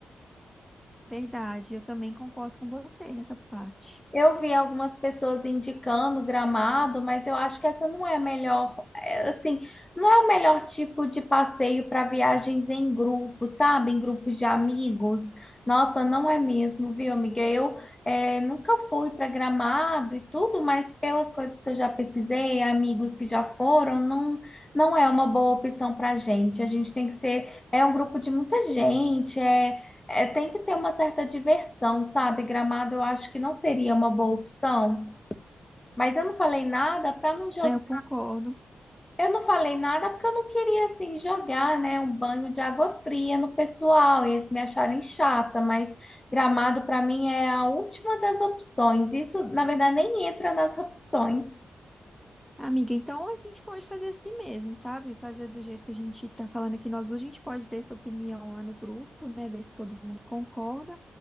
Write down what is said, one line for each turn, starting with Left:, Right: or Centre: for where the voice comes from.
Centre: verdade. Eu também concordo com você nessa parte.
Left: Eu vi algumas pessoas indicando Gramado, mas eu acho que essa não é a melhor, é, assim, não é o melhor tipo de passeio para viagens em grupo, sabe? Em grupos de amigos. Nossa, não é mesmo, viu, amiga? Eu é, nunca fui para Gramado e tudo, mas pelas coisas que eu já pesquisei, amigos que já foram, não, não é uma boa opção para a gente. A gente tem que ser, é um grupo de muita gente, é é, tem que ter uma certa diversão, sabe? Gramado eu acho que não seria uma boa opção, mas eu não falei nada para não jogar.
Centre: É, eu concordo.
Left: Eu não falei nada porque eu não queria assim jogar, né, um banho de água fria no pessoal e eles me acharem chata, mas Gramado para mim é a última das opções. Isso, na verdade, nem entra nas opções.
Centre: Amiga, então a gente pode fazer assim mesmo, sabe? Fazer do jeito que a gente tá falando aqui nós duas, a gente pode dar essa opinião lá no grupo, né? Ver se todo mundo concorda.